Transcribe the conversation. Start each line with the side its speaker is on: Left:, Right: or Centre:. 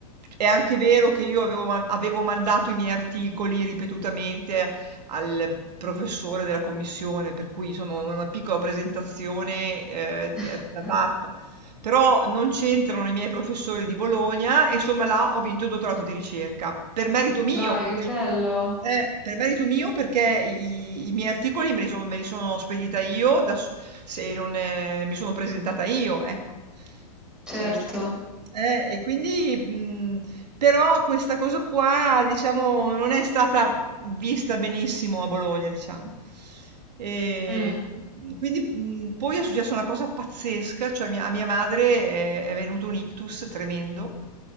Right: È anche vero che io avevo, man- avevo mandato i miei articoli ripetutamente al professore della commissione, per cui insomma una piccola presentazione eh,
Centre: <laughs>
Right: è stata fatta. Però non c'entrano i miei professori di Bologna e insomma là ho vinto il dottorato di ricerca, per merito mio,
Centre: Dai,
Right: perché
Centre: che bello.
Right: eh, per merito mio perché i, i miei articoli me li, son- me li sono spedita io, da s- se non eh, mi sono presentata io, ecco. E,
Centre: Certo.
Right: eh, e quindi, mh, però questa cosa qua, diciamo, non è stata vista benissimo a Bologna, diciamo. E
Centre: Mm.
Right: quindi mh, poi è successa una cosa pazzesca, cioè mia- a mia madre eh, è, venuto un ictus tremendo